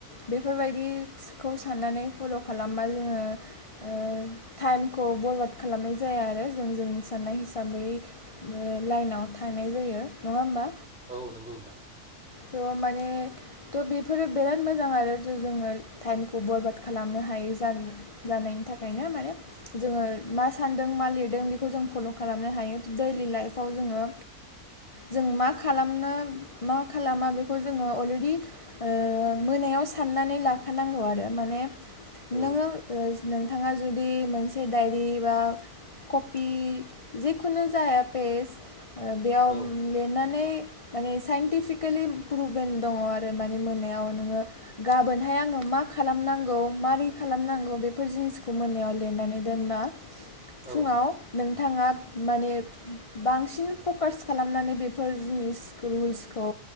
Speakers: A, on the left; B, in the centre.
A: बेफोरबायदिखौ साननानै फल' खालामबा जोङो ओ टाइमखौ बरबाद खालामनाय जाया आरो जों जों साननाय हिसाबै ओ लाइनाव थानाय जायो नङा होमबा
B: औ नंगौ नोंथां
A: ट माने ट बेफोरो बिराद मोजां आरो जोङो टाइमखौ बरबाद खालामनो हायै जानायनि थाखायनो माने जोङो मा सानदों मा लिरदों बेखौ जों फल खालामनो हायो ट दैलि लाइफआव जोङो जों मा खालामनो मा मा खालामा बेखौ जोङो अलरेडि ओ मोनायाव साननानै लाखानांगौ आरो माने
B: औ
A: नोङो ओ नोंथाङा जुदि मोनसे डायरि बा कपि जिखुनु जाया पेज बेयाव
B: औ
A: लिरनानै माने साइन्टिफिक केलि प्रुभेल दङ आरो माने मोननायाव नोङो गाबोनहाय आङो मा खालामनांगौ मारै खालामनांगौ बेफोर जिनिसखौ मोननायाव लिरनानै दोनबा फुङाव
B: औ
A: नों नोंथाङा माने बांसिन फकास खालामनानै बेफोर जिनिस जिनिसखौ